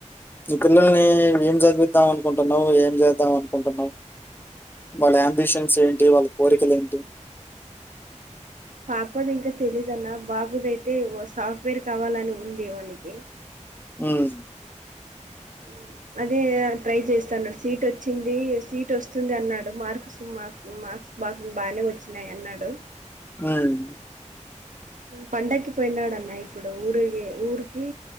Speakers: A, on the left (about 15°); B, on the right (about 85°).
A: ఈ పిల్లల్ని ఏం చదివిద్దాం అనుకుంటున్నావు ఏం చేద్దాం అనుకుంటున్నావు వాళ్ళ అంబిషన్స్ ఏంటి వాళ్ళ కోరికలు ఏంటి
B: పాపది ఇంకా తెలీదన్న బాబుదైతే సాఫ్ట్వేర్ కావాలని ఉంది వానికి
A: హ్మ్
B: హ్మ్. అదే ట్రై చేస్తాన్నాడు సీట్ వచ్చింది సీట్ వస్తుంది అన్నాడు మార్క్స్ మక్ మ బా బానే వచ్చినాయి అన్నాడు
A: హ్మ్
B: పండగకి పోయినాడన్న ఇప్పుడు ఊరికి ఊరికి